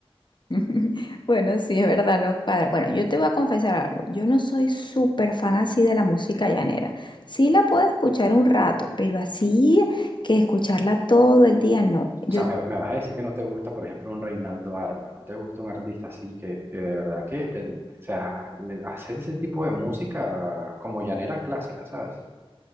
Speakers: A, on the left; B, on the right.
A: <laughs> Bueno, sí, es verdad, no cuadra. Bueno, yo te voy a confesar algo. Yo no soy súper fan así de la música llanera. Sí la puedo escuchar un rato, pero así que escucharla todo el día, no. Yo
B: O sea, me, me vas a decir que no te gusta, por ejemplo, un Reinaldo Armas, no te gusta un artista así que, que de verdad que, que, o sea, le- hace ese tipo de música como llanera clásica, ¿sabes?